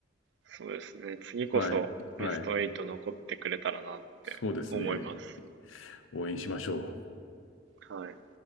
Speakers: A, on the right; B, on the left.
A: そうですね。次こそベスト8残ってくれたらなって思います。
B: はい。はい。そうですね。応援しましょう。
A: はい。